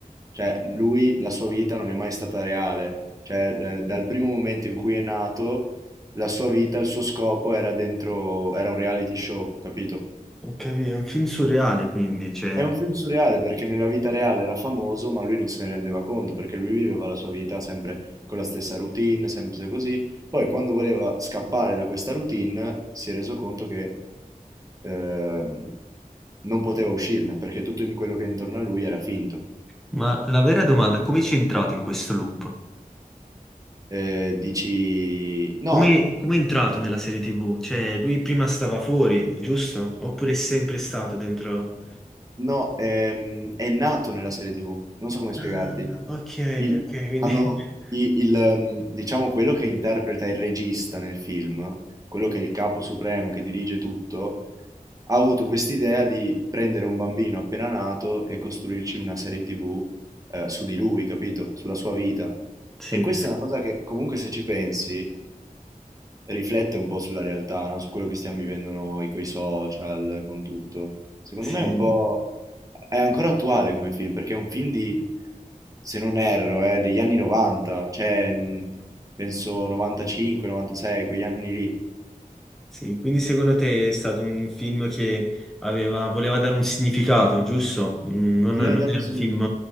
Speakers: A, on the right (about 25°); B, in the centre.
A: Cioè, lui, la sua vita non è mai stata reale. Cioè, eh, dal primo momento in cui è nato, la sua vita, il suo scopo era dentro, era un reality show, capito?
B: Ho capito, è un film surreale quindi, cioè...
A: È un film surreale perché nella vita reale era famoso, ma lui non se ne rendeva conto perché lui viveva la sua vita sempre con la stessa routine, sempre così. Poi, quando voleva scappare da questa routine, si è reso conto che ehm, non poteva uscirne perché tutto in- quello che è intorno a lui era finto.
B: Ma la vera domanda è come ci è entrato in questo loop?
A: Eh, dici, no,
B: Come, come è entrato nella serie TV? Cioè, lui prima stava fuori, giusto? Oppure è sempre stato dentro...
A: no, ehm, è nato nella serie TV, non so come spiegarti.
B: Ah, ok,
A: Il-
B: ok, quindi...
A: hanno
B: <laughs>
A: i- il, ehm, diciamo quello che interpreta il regista nel film, quello che è il capo supremo che dirige tutto, ha avuto quest'idea di prendere un bambino appena nato e costruirci una serie TV eh, su di lui, capito? Sulla sua vita.
B: Sì,
A: E questa è una cosa che comunque se ci pensi riflette un po' sulla realtà, no? Su quello che stiamo vivendo noi, con i social, con tutto. Secondo
B: sì.
A: me è un po' è ancora attuale come film, perché è un film di se non erro, eh, degli anni 90, cioè mh, penso 95, 96, quegli anni lì.
B: Sì, quindi secondo te è stato un film che aveva, voleva dare un significato, giusto? Mm, Non,
A: Voleva
B: non
A: dare
B: era
A: un significato.
B: un film